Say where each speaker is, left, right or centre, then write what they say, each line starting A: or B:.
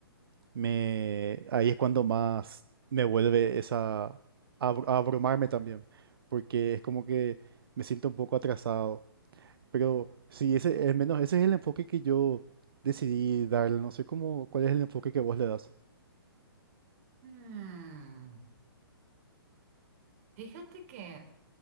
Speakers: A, on the right; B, on the right.
A: me, ahí es cuando más me vuelve esa, a, abr- a abrumarme también, porque es como que me siento un poco atrasado. Pero sí, ese, al menos ese es el enfoque que yo decidí darle. No sé cómo, cuál es el enfoque que vos le das.
B: Hmm, fíjate que...